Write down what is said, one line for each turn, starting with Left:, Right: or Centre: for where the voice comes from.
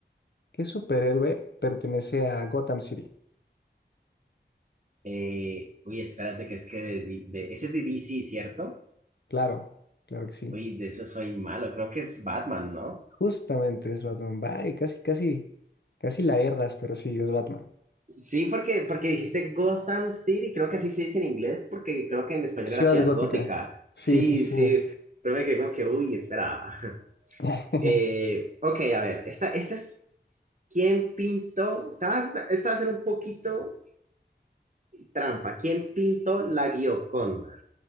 Left: ¿Qué superhéroe pertenece a Gotham City?
Right: eh, uy, espérate, que es que de, de- ese es de DC, ¿cierto?
Left: Claro, claro que sí.
Right: Uy, de eso soy malo, creo que es Batman, ¿no?
Left: Justamente es Batman. Bye, casi, casi, casi la erras, pero sí, es Batman.
Right: Sí, porque, porque dijiste Gotham City, creo que así se dice en inglés, porque creo que en español
Left: Ciudad
Right: era Ciudad
Left: Gótica.
Right: Gótica.
Left: Sí,
Right: Sí,
Left: sí, sí.
Right: sí, pero me quedé como que, uy, espera. <laughs>
Left: <laughs>
Right: Eh, ok, a ver, esta, esta es, ¿quién pintó? Esta, va- esta va a ser un poquito trampa. ¿Quién pintó la Gioconda?